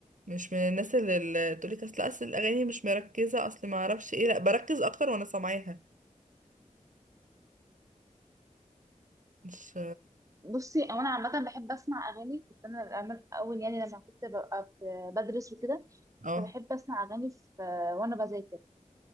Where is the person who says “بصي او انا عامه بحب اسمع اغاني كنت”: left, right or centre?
Right